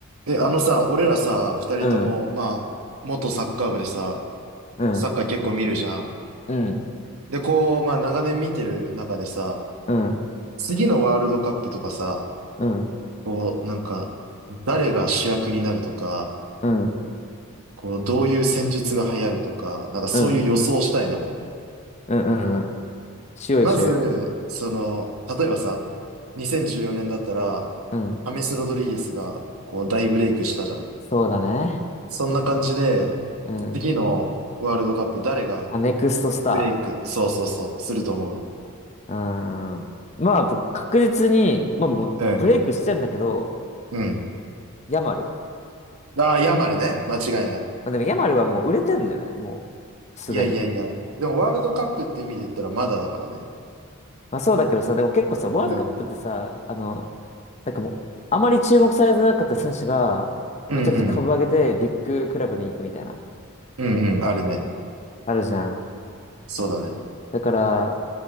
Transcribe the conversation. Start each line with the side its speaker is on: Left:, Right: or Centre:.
Right: え、あのさ、俺らさ、二人とも、
Left: うん、
Right: まあ、元サッカー部でさ、
Left: うん、
Right: サッカー結構見るじゃん。
Left: うん、
Right: で、こう、まあ、長年見てる中でさ、
Left: うん、
Right: 次のワールドカップとかさ、
Left: うん、
Right: こう、なんか、誰が主役になるとか、
Left: うん、うん、
Right: こう、どういう戦術が流行るとか、なんかそういう予想したいのね。
Left: うん、うん、うん。しようよ、
Right: まず、
Left: しようよ。
Right: その、例えばさ、2014年だったら、
Left: うん。
Right: アメス・ロドリゲスが、こう、大ブレイクしたじゃん。
Left: そうだね。
Right: そんな感じで、
Left: うん。
Right: 次のワールドカップ誰が
Left: あ、ネクストスタ
Right: ブレイク、そうそうそう、すると思う。
Left: ー。うーん。まあ、僕、確実に、まあ、もうブレイクしてんだけど、
Right: うん、うん。
Left: ヤマル。
Right: ああ、ヤマルね。間違いない。
Left: まあ、でも、ヤマルはもう売れてんだよね、もう、すでに。
Right: いやいやいや。でも、ワールドカップって意味で言ったらまだだからね。
Left: まあ、そうだけどさ、でも結構さ、ワールドカップってさ、
Right: うん。
Left: あの、なんかもう、あまり注目されてなかった選手が、
Right: うんうん。
Left: めちゃくちゃ株上げて、ビッグクラブに行くみたいな、
Right: うんうん。あるね。
Left: あるじゃん。
Right: そうだね。
Left: だから、